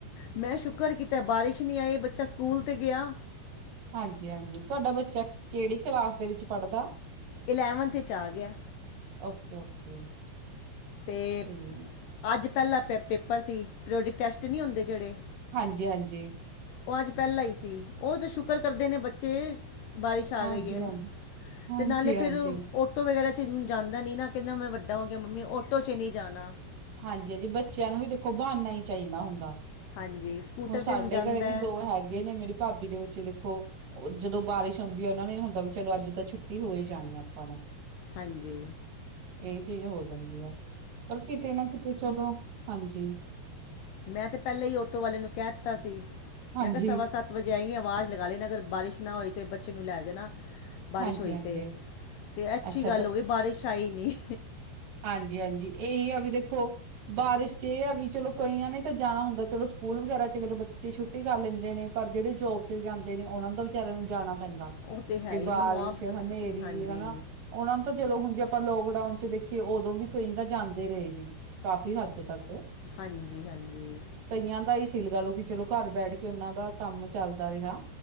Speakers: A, on the left (about 75°); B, on the right (about 50°).
A: ਮੈਂ ਸ਼ੁੱਕਰ ਕੀਤੈ ਬਾਰਿਸ਼ ਨੀ ਆਈ ਬੱਚਾ ਸਕੂਲ ਤੇ ਗਯਾ।
B: ਹਾਂਜੀ-ਹਾਂਜੀ ਤੁਆਡਾ ਬੱਚਾ ਕੇੜੀ ਕਲਾਸ ਦੇ ਵਿੱਚ ਪੜਦਾ।
A: ਇਲੈਵੰਥ ਏਚ ਆ ਗੇਐ,
B: ਓਕੇ ਓਕੇ
A: ਤੇ
B: ਠੀਕ
A: ਆੱਜ ਪੈਲਾ ਪ ਪੇਪਰ ਸੀ, ਪ੍ਰੇਓਡਿਕ ਟੈਸਟ ਨੀ ਓਂਦੇ ਜੜੇ।
B: ਹਾਂਜੀ-ਹਾਂਜੀ।
A: ਓ ਆੱਜ ਪੈਲਾਂ ਈ ਸੀ ਓ ਤਾ ਸ਼ੁਕਰ ਕਰਦੇ ਨੇ ਬੱਚੇ, ਬਾਰਿਸ਼
B: ਹਾਂਜੀ
A: ਆ ਗਈ ਏ।
B: ਹਾਂਜੀ ਹਾਂਜੀ
A: ਤੇ ਨਾਲੇ
B: ਹਾਂਜੀ
A: ਫੇਰ ਓਟੋ ਵਗੈਰਾ ਚ ਹੁਨ ਜਾਂਦਾ ਨੀ ਨਾ, ਕੈਂਦਾ ਮੈਂ ਵੱਡਾ ਓ ਗੇਆ ਮੰਮੀ ਓਟੋ ਚ ਨੀ ਜਾਨਾ।
B: ਹਾਂਜੀ-ਹਾਂਜੀ ਬੱਚੇਆਂ ਨੂੰ ਵੀ ਦੇਖੋ ਬਾਨਾ ਈ ਚਾਹੀਦਾ ਹੁੰਦਾ।
A: ਹਾਂਜੀ। ਸਕੂਟਰ
B: ਹੁਨ
A: 'ਤੇ
B: ਸਾਡੇ
A: ਹੁਣ ਜਾਂਦਾ
B: ਘੱਰੇ ਵੀ
A: ਹੈ
B: ਦੋ ਹੈਗੇ ਨੇ ਮੇਰੀ ਪਾਬੀ ਦੇ ਬੱਚੇ ਦੇਖੋ ਓ ਜਦੋ ਬਾਰਿਸ਼ ਓਂਦੀ ਓਨਾ ਨੂੰ ਐ ਹੋਂਦਾ ਵੀ ਚਲੋ ਆੱਜ ਤਾਂ ਛੁੱਟੀ ਹੋ ਜਾਨੀ ਆਪਾ ਨੂੰ।
A: ਹਾਂਜੀ।
B: ਏ ਚੀਜ਼ ਹੋ ਜਾਂਦੀ ਆ, ਪਰ ਕਿਤੇ ਨਾ ਕਿਤੇ ਚਲੋ, ਹਾਂਜੀ।
A: ਮੈਂ ਤੇ ਪੈਲਾਂ ਹੀ ਓਟੋ ਵਾਲੇ ਨੂੰ ਕੈ ਤਾ ਸੀ,
B: ਹਾਂਜੀ
A: ਮੈਂ ਕਯਾ ਸਵਾ ਸੱਤ ਵਜੇ ਆਏ ਗੇ ਆਵਾਜ਼ ਲਗਾ ਲੇਨਾ ਅਗਰ ਬਾਰਿਸ਼ ਨਾ ਓਈ ਤੇ ਬੱਚੇ ਨੂੰ ਲੈ ਜੇਨਾ। ਬਾਰਿਸ਼
B: ਹਾਂਜੀ
A: ਓਈ
B: ਹਾਂਜੀ
A: ਤੇ, ਤੇ ਐ ਅੱਛੀ
B: ਅੱਛਾ
A: ਗਾੱਲ ਓ ਗੀ ਬਾਰਿਸ਼ ਆਈ ਨੀ।
B: ਹਾਂਜੀ-ਹਾਂਜੀ, ਏਈ ਆ ਵੀ ਦੇਖੋ ਬਾਰਿਸ਼ ਚ ਏ ਆ ਵੀ ਚਲੋ ਕਈਆਂ ਨੇ ਤਾ ਜਾਨਾ ਹੁੰਦਾ, ਚਲੋ ਸਕੂਲ ਵਗੈਰਾ ਚ ਬੱਚੇ ਛੁੱ ਟੀ ਕਾਰ ਲੈਂਦੇ ਨੇ, ਪਰ ਜੜੇ ਜੋਬ ਚ ਜਾਂਦੇ ਨੇ ਓਨਾਂ ਨੂੰ ਤਾਂ ਵਿਚਾਰੇਆਂ ਨੂੰ ਜਾਣਾ ਪੈਂਦਾ।
A: ਉਹ ਤਾਂ ਹੈ
B: ਜੇ
A: ਹੀ
B: ਬਾਰਿਸ਼,
A: ਮੈਨੂੰ ਆਪ
B: ਹਨੇਰੀ
A: ਹਾਂਜੀ
B: ਹਨਾ। ਓਨਾ ਨੂੰ ਤਾ ਜਲੋ ਹੁਨ ਜੇ ਅਪਾਂ ਲੋਕਡਾਊਨ ਚ ਦੇਖੀਏ ਓਦੋਂ ਵੀ ਕਈ ਤਾਂ ਜਾਂਦੇ ਰਏ ਸੀ ਕਾਫੀ ਹੱਦ ਤੱਕ
A: ਹਾਂਜੀ ਹਾਂਜੀ
B: ਕਈਆਂ ਦਾ ਈ ਸੀ ਲਗਾ ਲਓ ਕਿ ਚਲੋ ਘਾੱਰ ਬੈਠ ਕੇ ਓਨਾਂ ਦਾ ਕਾੱਮ ਚੱਲ ਚੱਲਦਾ ਰਏ ਹਣਾ,